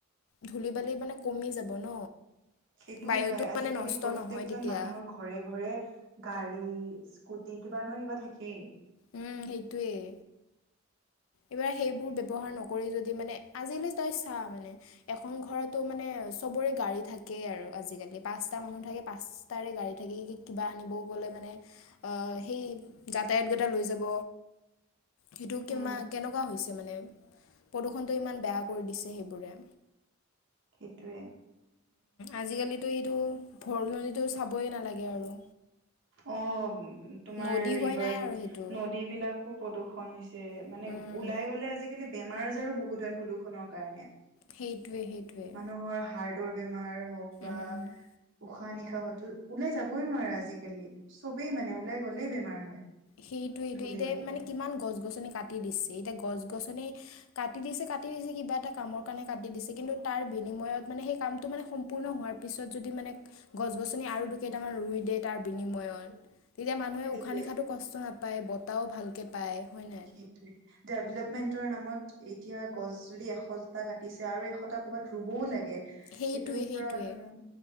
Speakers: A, on the left (about 75°); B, on the right (about 65°).
A: ধূলি বালি মানে কমি যাব ন,
B: সেইটো
A: বায়ুটো
B: হয় আজিকালি
A: মানে নষ্ট
B: প্ৰত্যকজন
A: নহয় তেতিয়া
B: মানুহৰ- ঘৰে ঘৰে গাড়ী স্কুটি কিবা নহয় কিবা থাকেই।
A: উম, সেইটয়েই। এইবাৰ সেইবোৰ ব্য্ৱহাৰ নকৰি যদি মানে আজিলি তই চা মানে, এখন ঘৰতো মানে চবৰে গাড়ী থাকে আৰু আজিকালি পাঁচটা মানুহ থাকে পাঁচ তাৰে গাড়ী থাকি কিবা আনিবও গ'লে মানে, সেই যাতায়াতকেইটা লৈ যাব। সেইটো কিমানা
B: উম
A: কেনেকুৱা হৈছে মানে, প্ৰদূষণটো ইমান বেয়া কৰি দিছে সেইবোৰে।
B: সেইটোৱে।
A: আজিকালিতো এইটো ভৰলনিটো চাবই নালাগে আৰু।
B: অ', তোমাৰ
A: নদী
B: ৰিভাৰ
A: হৈ নাই আৰু সেইটো
B: নদী বিলাক খুব প্ৰদূষণ হৈছে,
A: উম,
B: মানে ওলাই গ'লে আজিকালি বেমাৰ আজাৰো বহুত হয় প্ৰদূৰণৰ কাৰণে।
A: সেইটোৱে সেইটোৱে
B: মানুহৰ হাৰ্টৰ বেমাৰ হওক বা
A: উম।
B: উশাহ, নিশাহটো, ওলাই যাবই নোৱাৰে আজিকালি চবেই মানে ওলাই গ'লেই বেমাৰ হয়।
A: সেইটো, সেইটো
B: ধূলি
A: এতিয়া
B: বালিৰ
A: মানে
B: কাৰণে
A: কিমান গছ গছনি কাটি দিছে এতিয়া গছ গছনি কাটি দিছে কিবা এটা কামৰ কাৰণে কাটি দিছে কিন্তু তাৰ বিনিময়ত মানে সেই সম্পূৰ্ণ হোৱাৰ তাৰ পিছত যদি মানে গছ-গছনি আৰু দু কেইটামান ৰুই দিয়ে তাৰ বিনিময়ত। তেতিয়া মানুহে
B: সেইটোৱে
A: উশাহ নিশাহটো কষ্ট নাপায় বতাহও ভালকৈ পায় হয় নাই?
B: সেটোৱে ডেভেলপমেন্টৰ নামত এতিয়া গছ যদি এশটা কাটিছে আৰু এশটা কৰ'বাত ৰুবও লাগে।
A: সেইটোৱে
B: সেইটোৰ
A: সেইটোৱে
B: পৰা অলপমান